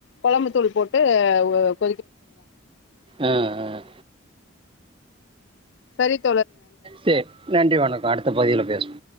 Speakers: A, on the left; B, on the right.
A: கொழம்பு தூள் போட்டு உ
B: அ அ
A: சரித்
B: சேர் நன்றி வணக்கொ அடுத்த பகுதியில பேசுவோ